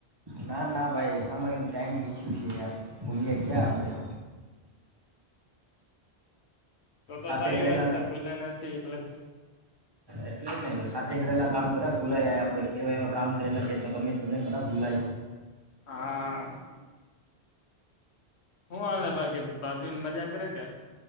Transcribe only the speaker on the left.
તો તો
સારી
વાત છે ભૂયલા નથી એટલે
હા હું આલે બાકી ભાભીન મજા કરે કે